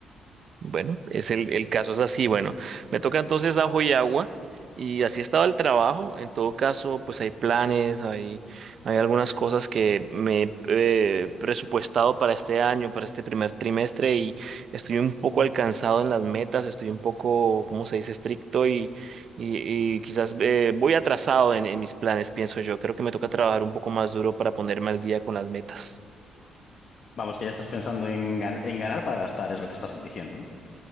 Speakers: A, on the right (about 55°); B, on the left (about 55°).
A: Bueno, es el, el caso es así. Bueno, me toca entonces ajo y agua. Y así estaba el trabajo. En todo caso, pues hay planes, hay, hay algunas cosas que me he eh, presupuestado para este año, para este primer trimestre, y estoy un poco alcanzado en las metas, estoy un poco, ¿cómo se dice?, estricto y, y, y quizás eh, voy atrasado en, en mis planes, pienso yo. Creo que me toca trabajar un poco más duro para ponerme al día con las metas.
B: Vamos, que ya estás pensando en, gan- en ganar para gastar, es lo que estás diciendo, ¿no?